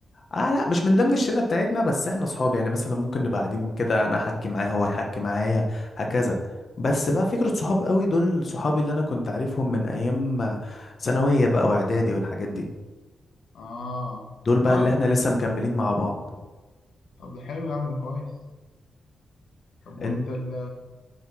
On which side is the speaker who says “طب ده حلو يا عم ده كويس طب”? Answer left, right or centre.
Left